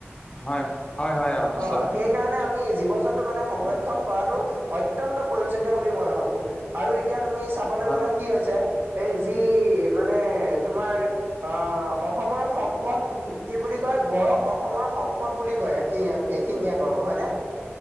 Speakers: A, on the left; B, on the right.
A: হয় হয় হয় নিশ্চয়
B: অ' সেই। সেই কাৰণে আমি জীৱ জন্তু মানে সংৰক্ষন কৰাটো অত্যন্ত প্ৰয়োজনীয় বুলি মই ভাবো। আৰু এতিয়া তুমি চাবলৈ
A: হয়
B: গলে কি হৈছে এই যি মানে তোমাৰ। বা অসমৰ সম্পদ। কি বুলি কয় গড়ক অসমৰ সম্পদ বুলি কয় এশিঙা এশিঙীয়া গড়ক হয় নে?